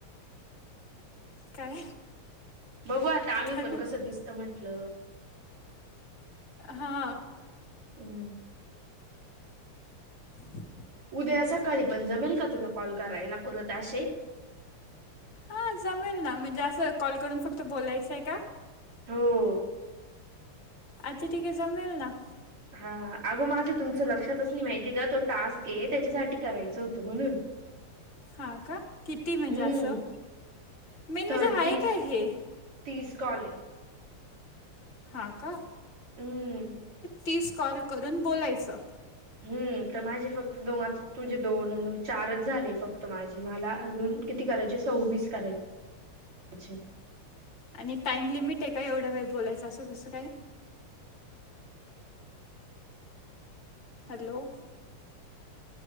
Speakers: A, on the left; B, on the right.
A: काय
B: बघू आता आम्ही
A: काय
B: पण
A: बोल
B: कसं दिसत म्हंटल
A: हा.
B: हम्म.
A: <inaudible>
B: उद्या सकाळी पण जमेल का तुला कॉल. करायला पुरत असे.
A: हा जमेल ना म्हणजे असं कॉल करून फक्त बोलायचं आहे का?
B: हो.
A: अच्छा ठीके जमेल ना.
B: हा अगं माझे तुमचं लक्षातच नाही माहिती का तो टास्क आहे त्याच्यासाठी करायचं होतं म्हणून
A: हा का किती म्हणजे
B: हम्म
A: असं मेन म्हणजे
B: थर्टीस
A: आहे काय
B: तीस
A: हे
B: तीस कॉल आहे.
A: हा का
B: हम्म
A: तीस कॉल करून बोलायचं.
B: हम्म तर माझे फक्त दोनच. तुझे दोन अन दोन चारच झाले फक्त माझे मला अजून किती करायचे सव्वीस करायचे.. अच्छा!
A: आणि टाइम लिमिट आहे का एवढा वेळ बोलायचं असं तसं काय. हॅलो!